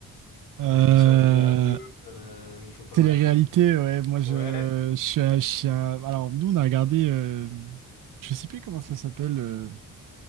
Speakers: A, on the right (about 55°); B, on the left (about 85°).
A: Euh,
B: Des émissions à télé un peu, euh, il faut pas.
A: télé-réalité,
B: <laughs>
A: ouais, moi je,
B: Ouais.
A: je suis un- je suis un- Alors, nous, on a regardé. euh, je sais plus comment ça s'appelle. euh,